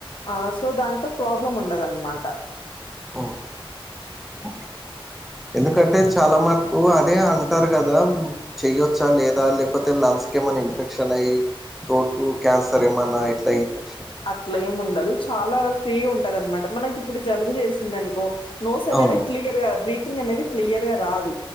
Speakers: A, on the left; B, in the centre.
A: ఆ సో దాంతో ప్రాబ్లం ఉండదన్నమాట
B: ఓ ఓకే ఎందుకంటే
A: హ్మ్.
B: చాలా మటుకు అదే అంటారు కదా చెయ్యొచ్చా లేదా లేకపోతే లంగ్స్‌ కు ఏమన్నా ఇన్ఫెక్షన్ అయ్యి తోటు క్యాన్సర్ ఏమన్నా ఇట్లా ఇన్ఫెక్షన్
A: అట్లేం ఉండదు చాలా ఫ్రీగా ఉంటది అనమాట మనకి ఇప్పుడు జలుబు చేసింది అనుకో నోస్ అనేది
B: అవునండి
A: క్లియర్‌గా బ్రీతింగ్ అనేది క్లియర్‌గా రాదు